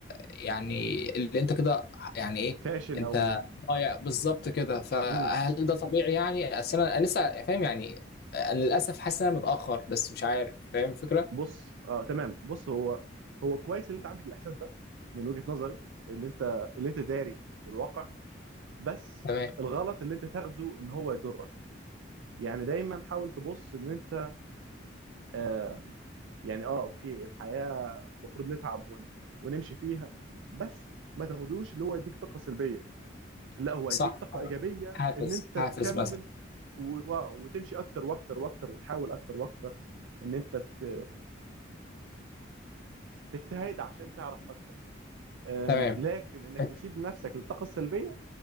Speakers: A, on the left (about 50°); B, on the right (about 80°).
A: يعني اللي انت كده يعني ايه
B: فاشل
A: انت
B: او
A: ضايع بالظبط كده فهل
B: مم.
A: ده طبيعي يعني أصل انا أنا لسه فاهم يعني أنا للاسف حاسس ان انا متأخر بس مش عارف فاهم الفكرة
B: بص اه تمام بص هو هو كويس ان انت عندك الاحساس ده من وجهه نظري اللي انت اللي انت داري بالواقع بس
A: تمام
B: الغلط اللي انت تاخده ان هو يضرك يعني دايما حاول تبص ان انت آه يعني اه اوكي الحياه المفروض نتعب ون ونمشي فيها بس ما تاخدوش اللي هو يديك طاقه سلبيه لا هو
A: صح
B: هيديك طاقه ايجابيه
A: حافز
B: ان انت
A: حافز
B: تكمل
A: مثلا
B: و... و- وتمشي اكتر واكتر واكتر وتحاول اكتر واكتر ان انت ت... تجتهد عشان تعرف اكتر أم،
A: تمام
B: لكن انك
A: اتفضل
B: تسيب نفسك للطاقه السلبيه